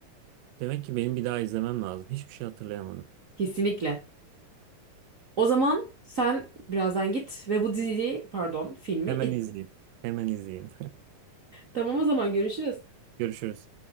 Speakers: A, on the right (about 80°); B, on the right (about 50°).
A: Demek ki benim bir daha izlemem lazım. Hiçbir şey hatırlayamadım.
B: Kesinlikle. O zaman sen birazdan git ve bu diziyi, pardon, filmi.
A: Hemen
B: iz-
A: izleyeyim. Hemen izleyeyim.
B: Tamam o zaman görüşürüz.
A: <laughs> Görüşürüz.